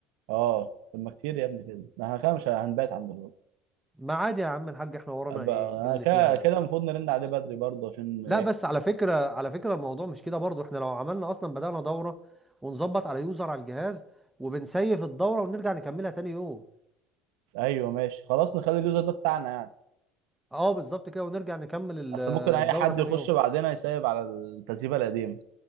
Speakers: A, on the right; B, in the centre.
A: اه طب ما كتير يا ابني كده ما احنا كده مش هنبات عند الراجل
B: ما عادي يا عم الحاج احنا ورانا
A: أبقى-
B: ايه
A: انا
B: إيه اللي
A: كده
B: فيها يعني
A: كده المفروض نرن عليه بدري برضه عشان ي-
B: لا بس على فكرة على فكرة الموضوع مش كده برضو احنا لو عملنا اصلا بدأنا دورة ونظبط على يوزر على الجهاز وبنسيف الدورة ونرجع نكملها تاني يوم
A: ايوه ماشي خلاص نخلي اليوزر ده بتاعنا يعني
B: اه بالظبط كده ونرجع نكمل ال-
A: اصل ممكن اي
B: الدورة
A: حد
B: تاني
A: يخش
B: يوم
A: بعدنا يسيب على التسييفه القديمه